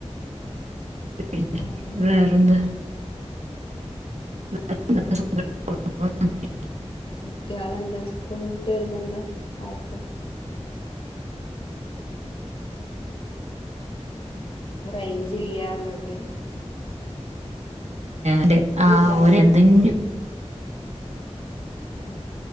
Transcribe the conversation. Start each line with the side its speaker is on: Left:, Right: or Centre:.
Right: പിന്നെ
Left: വേറെന്തൊക്കെ
Right: വേറെന്താ <inaudible>
Left: കുട്ടികളെന്താ സ്കൂളട്ട് വരുമ്പോ എന്താ ചായക്ക് റേയ്ഞ്ച് ഇല്ല നിങ്ങൾക്ക്
Right: ഒരു ആ
Left: ഇല്ല
Right: ഓന്
Left: പറയാ
Right: എന്തെങ്കിലും
Left: ഉം